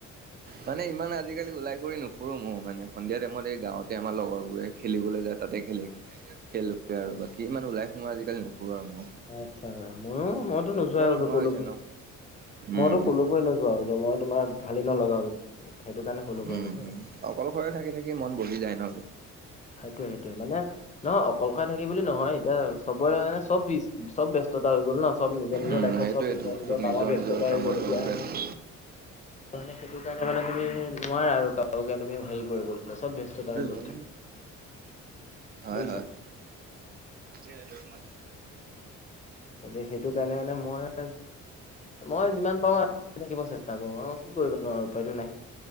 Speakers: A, on the right; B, on the left.
A: মানে ইমান আজিকালি ওলাই কৰি নুফুৰো মোৰ মানে সন্ধিয়া টাইমত এই গাঁৱতে আমাৰ লগৰবোৰে খেলিবলে যায় তাতে খেলি খেলোগে আৰু বাকী ইমান ওলাই সোমাই আজিকালি নপুৰোঁ আৰু মই
B: আচ্ছা ময়ো মইতো নোযোৱাই হলো
A: নোহোৱা
B: কলৌকো
A: হৈছে ন উম
B: মইতো কলৌ কোৱেই নোযোৱা হ'লো মই তোমাৰ ভালে নলগা হ'ল সেইটো কাৰণে কলৈকো
A: উম
B: নোযোৱা
A: উম
B: হ'ল
A: অকলশৰে থাকি থাকি মন বহি যায় নহ
B: সেইটোয়ে সেইটোয়ে মানে নহয় অকলশৰে থাকি বুলি নহয় এতিয়া চবৰে চব বিচ চব ব্যস্ততা হৈ গ'ল ন চব নিজৰ নিজৰ
A: উম
B: লাইফত,
A: সেইটোয়েতো
B: চব নিজৰ নিজৰ
A: চব
B: কামত, ব্যস্ততা
A: নিজৰ
B: হৈ
A: কামৰ
B: গ'ল এতিয়া
A: লগত ব্যস্ত
B: আৰু সেকাৰণে সেইটো কাৰণে মানে তুমি নোৱাৰা আৰু কাৰুকে, তুমি হেৰি কৰিব চব ব্যস্ততা হৈ গ'ল।
A: হয় হয়
B: বুইছা।
A: হয় <unintelligible>
B: এতিয়া সেইটো কাৰণে মানে মই মই যিমান পাৰো থাকিব <unintelligible> থাকিব চেষ্টা কৰো। আৰু কি কৰিবানো আৰু। উপায় টো নাই।